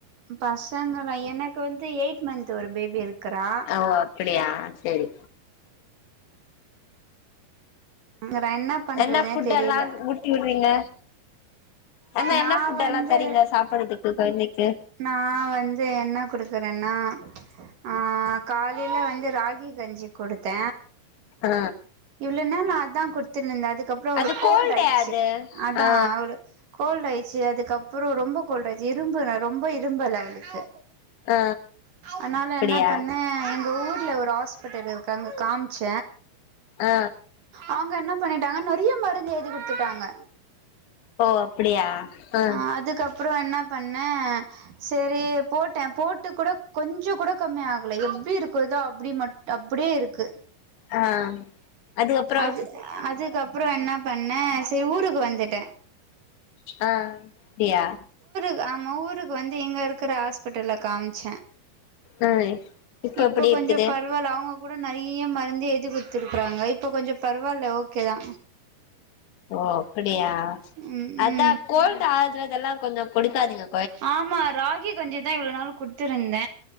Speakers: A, on the right; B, on the left.
A: பாஸ் பசங்களா எனக்கு வந்து எயிட் மந்த் ஒரு பேபி இருக் க்கரா
B: ஓ அப்டியா சேரி
A: ங்கற பண்றதுனே
B: என்ன ஃபுட்
A: தெரில
B: எல்லா ஊட்டி விட்றீங்க என்ன
A: நா
B: என்ன ஃபுட்
A: வந்து
B: எல்லா தரிங்க சாப்பிடறதுக்கு கொழந்தைக்
A: நா வந்து என்ன குடுக்குறேன்னா ஆஹ் காலையில வந்து ராகி கஞ்சி குடுத்த
B: ஆ
A: எவ்ளோ நாள் அதா குடுத் தின்ன நடுத் அதுக்கப்றோ அவுளுக்கு
B: அது
A: கோல்டு்
B: கோல்டே
A: ஆயிடுச்சு
B: அது
A: அதான்
B: ஆ
A: அவரு கோல்டு ஆயிடுச்சு அதுக்கப்புறோ ரொம்ப கோல்டு ஆயிடுச்சு இரும்பு நட திரும்பல அவளுக்கு
B: ஆ
A: அதனால
B: அப்டியா
A: என்ன பண்ணே எங்க ஊர்ல ஒரு ஹாஸ்பிட்டல் இருக்கு அங்க காமிச்ச
B: ஆ
A: அவுங்க என்ன பண்ணிட்டாங்க நெறைய மருந்து எழுதி குடுத்துட்டாங்க
B: ஓ அப்டியா ஆ
A: ஆஹ் அதுக்கப் அப்புறோ என்ன பண்ணே செரி போட்டே போட் பொட்டு கூட கொஞ்ச கூட கம்மி ஆகல எப்படி இருக்குதோ அப்படி மட் அப்படியே இருக்கு
B: ஆ அதுக்கப்றோ
A: அது அதுக்கப்றோ அப்புறோ என்ன பண்ணே செரி ஊருக்கு வந்துட்டே
B: ஆஹ் அப்டியா
A: நம்ம ஊருக்கு வந்து இங்க இருக்கிற ஹாஸ்பிட்டல காமிச்ச
B: ஆ
A: இப்ப
B: எப்டி
A: கொஞ்சோ
B: இருக்குது
A: பரவாயில்ல அவுங்க கூட நெறைய மருந்து எதி குடுத்துருக்கறாங்க இப்ப கொஞ்ச பரவாயில்ல ஓகே தா
B: ஓ அப் டியா
A: ம்
B: அதா
A: ம்
B: கோல்ட அத இதெல்லா கொஞ்ச கொடுக்காதீங்க
A: ஆமா ராகி கஞ்சிதா இவ்ளோ நாள் குடுத்துருந்த